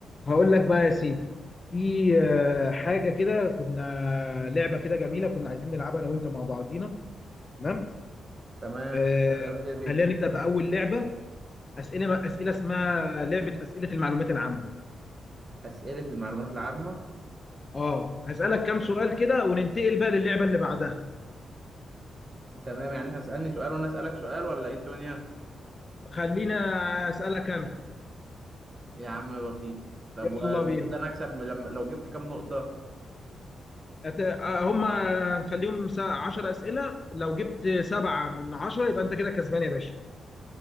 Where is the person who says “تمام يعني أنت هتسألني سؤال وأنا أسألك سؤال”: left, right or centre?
Right